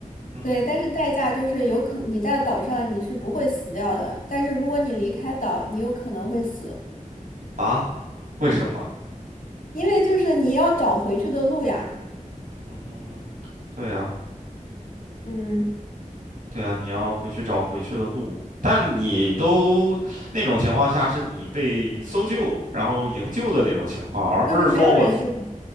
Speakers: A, on the right; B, on the left.
A: 嗯哼，
B: 对，但是代价就是有可你在岛上你是不会死掉的，但是如果你离开岛，你有可能会死，
A: 啊，为什么？
B: 因为就是你要找回去的路呀。
A: 嗯哼，对呀、
B: 嗯，
A: 对呀、你要回去找回去的路，但你都那种情况下是你被搜救，然后营救的那种情况，而不是说我
B: 就是没有人就你。